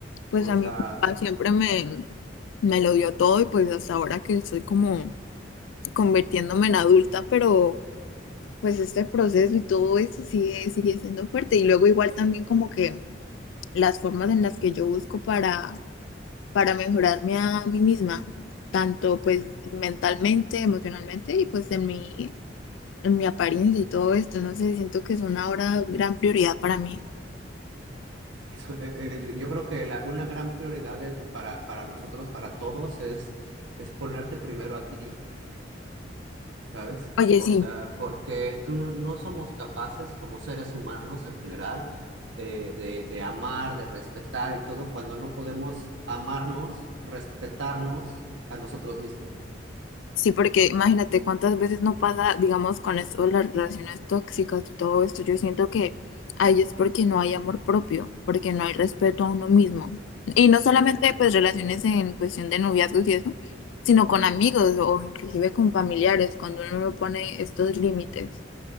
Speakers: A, on the left; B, on the right.
A: pues
B: O
A: a
B: sea,
A: mi papá siempre me, me lo dio todo y pues hasta ahora que estoy como convirtiéndome en adulta, pero pues este proceso y todo eso sigue, sigue siendo fuerte. Y luego igual también como que las formas en las que yo busco para para mejorarme a mí misma, tanto pues
B: ujú.
A: mentalmente, emocionalmente y pues en mi, en mi apariencia y todo esto. No sé, siento que es una ahora gran prioridad para mí.
B: Eso, eh, eh, yo creo que la- una gran prioridad de- para, para nosotros, para todos, es, es ponerte primero a ti ¿sabes?
A: Oye,
B: O
A: sí,
B: sea, porque tú no, no somos capaces como seres humanos en general de, de, de amar, de respetar y todo cuando no podemos amarnos, respetarnos a nosotros mismos.
A: sí, porque imagínate cuántas veces no pasa, digamos, con esto, las relaciones tóxicas y todo esto. Yo siento que ahí es porque no hay amor propio, porque no hay respeto a uno mismo. Y no solamente
B: Es-
A: pues relaciones en cuestión de noviazgos y eso, sino con amigos o inclusive con familiares, cuando uno no pone estos límites.